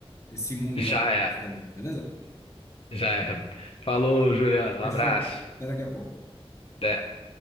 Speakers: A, on the left; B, on the left.
A: esse mundo
B: Já
A: da programação
B: é,
A: aí, beleza?
B: já é. Falou, Juliano. Um
A: Fechou?
B: abraço.
A: Até daqui a pouco.
B: Até.